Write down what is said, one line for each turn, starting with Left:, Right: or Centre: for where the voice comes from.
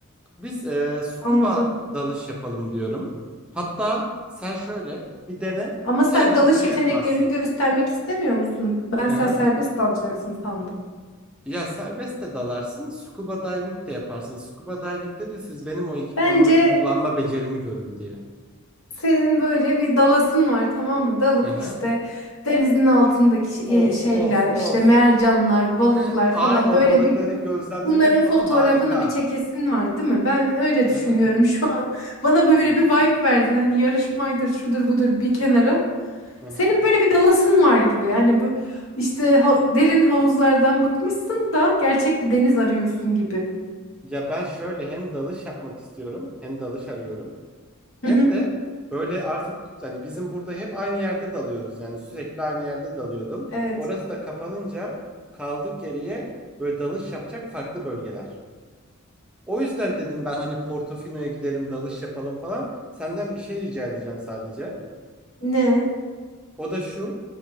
Centre: Biz e, scuba
Left: Anladım.
Centre: dalış yapalım diyorum. Hatta sen şöyle bir dene.
Left: Ama
Centre: Sevmezsen
Left: sen dalış
Centre: yapmazsın.
Left: yeteneklerini göstermek istemiyor musun? Ben
Centre: Hı
Left: sen
Centre: hı.
Left: serbest dalacaksın sandım.
Centre: Ya serbest de dalarsın, scuba diving de yaparsın. Scuba diving'de de siz benim o ekipmanları
Left: Bence
Centre: kullanma becerimi görün diye.
Left: Senin böyle bir dalasın var tamam mı? Dalıp
Centre: Hı hı.
Left: işte denizin altındaki şe-
Centre: Of
Left: şeyler
Centre: of
Left: işte
Centre: of.
Left: mercanlar,
Centre: <laughs>
Left: balıklar
Centre: Heh, Ay
Left: falan
Centre: o
Left: böyle
Centre: balıkları
Left: bir görüp
Centre: gözlemlemek
Left: bunların
Centre: falan
Left: fotoğrafını
Centre: harika.
Left: bir çekesin var değil mi? Ben öyle düşünüyorum
Centre: Hı hı,
Left: şu an. Bana böyle
Centre: hı hı,
Left: bir vibe verdin hani yarışmaydır şudur budur bir kenara.
Centre: hı hı.
Left: Senin böyle bir dalasın var gibi yani bu işte ha- derin havuzlardan bıkmışsın da gerçek bir deniz arıyorsun gibi.
Centre: Ya ben şöyle hem dalış yapmak istiyorum, hem dalış arıyorum. Hem
Left: Hı hı.
Centre: de böyle artık hani bizim burada hep aynı yerde dalıyoruz yani sürekli aynı yerde dalıyordum.
Left: <laughs> Evet.
Centre: Orası da kapanınca kaldık geriye böyle dalış yapacak farklı bölgeler. O yüzden dedim ben hani Portofino'ya gidelim dalış yapalım falan. Senden bir şey rica edeceğim sadece.
Left: Ne?
Centre: O da şu.